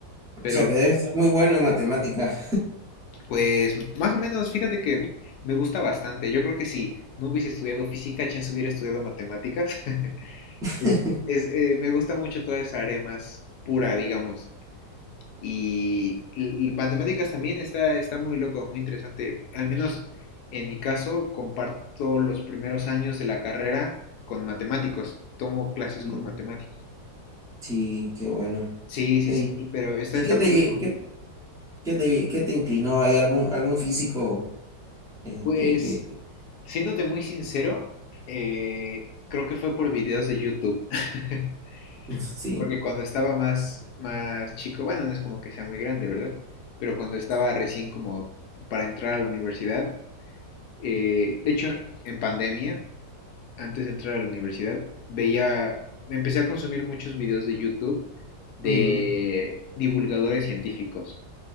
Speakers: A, on the left; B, in the centre.
A: Pero
B: O sea, que debe ser muy bueno en matemáticas.
A: pues más o menos, fíjate que me gusta bastante. Yo creo que si no hubiese estudiado física, chance hubiera estudiado matemáticas. <laughs>
B: <laughs>
A: Es, es, eh, me gusta mucho toda esa área más pura, digamos. Y, y matemáticas también está, está muy loco, muy interesante. Al menos en mi caso, comparto los primeros años de la carrera con matemáticos. Tomo clases
B: Mm,
A: con matemáticos.
B: Sí, qué bueno.
A: Sí, sí,
B: Eh,
A: sí, pero está,
B: ¿Y
A: está
B: qué te,
A: muy
B: lle-
A: loco.
B: qué, qué te, qué te inclinó? ¿Hay algún, algún físico este,
A: Pues
B: que...
A: Siéndote muy sincero, eh, creo que fue por videos de YouTube. <laughs>
B: <laughs> Sí,
A: Porque cuando estaba más, más chico, bueno, no es como que sea muy grande, ¿verdad? Pero cuando estaba recién como para entrar a la universidad, eh, de hecho, en pandemia, antes de entrar a la universidad, veía, me empecé a consumir muchos videos de YouTube de
B: Mm,
A: divulgadores científicos.